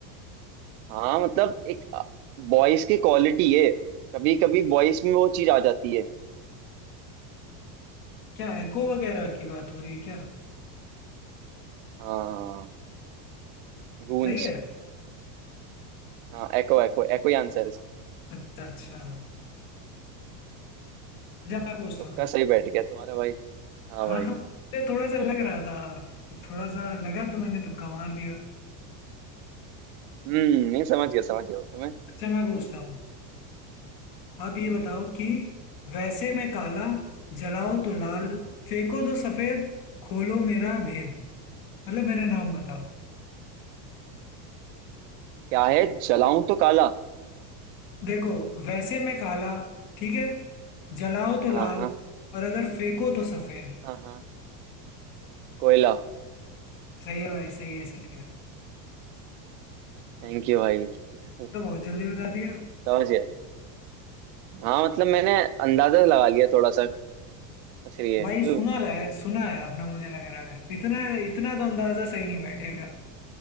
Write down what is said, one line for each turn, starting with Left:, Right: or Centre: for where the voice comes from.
Right: हाँ मतलब एक वॉइस की क्वालिटी है कभी कभी वॉइस में वो चीज आ जाती है
Left: क्या एको वगैरह की बात हो रही है क्या
Right: हाँ गूंज
Left: सही है
Right: हाँ एको एको एको ही आंसर है इसका
Left: अच्छा अच्छा जब मैं पूछता
Right: तुक्का
Left: हूँ
Right: सही बैठ गया तुम्हारा भाई हाँ
Left: हाँ
Right: भाई
Left: हाँ, मुझे थोड़ा सा लग रहा था थोड़ा सा लगा तो मैंने तुक्का मार दिया
Right: हम्म नहीं समझ गया समझ गया तुम्हें
Left: अच्छा मैं पूछता हूँ आप ये बताओ कि वैसे मैं काला जलाओ तो लाल फेंको तो सफेद खोलो मेरा भेद मतलब मेरा नाम बताओ
Right: क्या है जलाऊं तो काला
Left: देखो वैसे मैं काला ठीक है जलाओ तो
Right: हाँ
Left: लाल
Right: हाँ
Left: और अगर फेंको तो सफेद
Right: हाँ हाँ कोयला
Left: सही है भाई सही है सही है
Right: थैंक यू भाई <laughs>
Left: तो बहुत जल्दी बता दिया
Right: समझ गया हाँ मतलब मैंने अंदाजा लगा लिया थोड़ा सा इसलिए
Left: भाई
Right: क्यों
Left: सुना ला है सुना है आपने मुझे लग रहा है इतना इतना तो अंदाजा सही नहीं बैठेगा